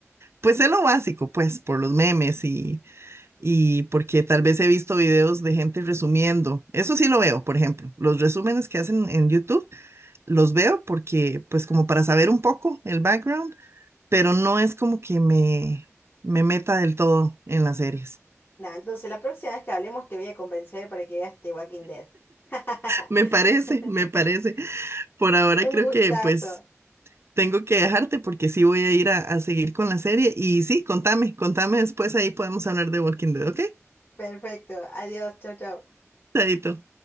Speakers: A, on the right (about 55°); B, on the left (about 40°).
A: Pues es lo básico, pues, por los memes y, y porque tal vez he visto videos de gente resumiendo. Eso sí lo veo, por ejemplo. Los resúmenes que hacen en YouTube los veo porque, pues, como para saber un poco el background, pero no es como que me, me meta del todo en las series.
B: Nada, entonces la próxima vez que hablemos te voy a convencer para que veas The Walking Dead. <laughs>
A: Me parece, me parece. Por ahora creo
B: Un gustazo.
A: que pues tengo que dejarte porque sí voy a ir a, a seguir con la serie. Y sí, contame, contame después, ahí podemos hablar de Walking Dead, ¿ok?
B: Perfecto. Adiós. Chao, chao.
A: Chaito.